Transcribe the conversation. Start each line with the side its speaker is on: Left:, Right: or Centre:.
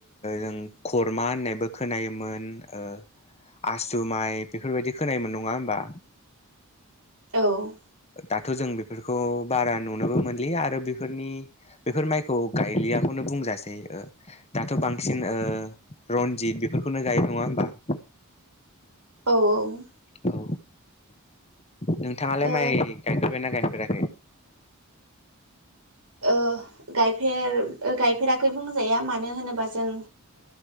Left: जों खरमा होननायबो खोनायोमोन ओक्ष आसुमाइ बेफोरबायदि खोनायोम नङा होमबा
Right: औ
Left: दाथ' जों बेफोरखौ बारा नुनोबो मोनलिया आरो बेफोरनि बेफोर माइखौ गायलिया खौनो बुंजासै ओ दाथ' बांसिन ओ रनजित बेफोरखौनो गायो नङा होमबा? <inaudible>
Right: औ औ।
Left: औ नोंथाङालाय
Right: ओ
Left: माइ गायफेरबायना गायफेराखै? <inaudible>
Right: ओ गायफेर गायफेराखै बुंजाया मानो होनोबा जों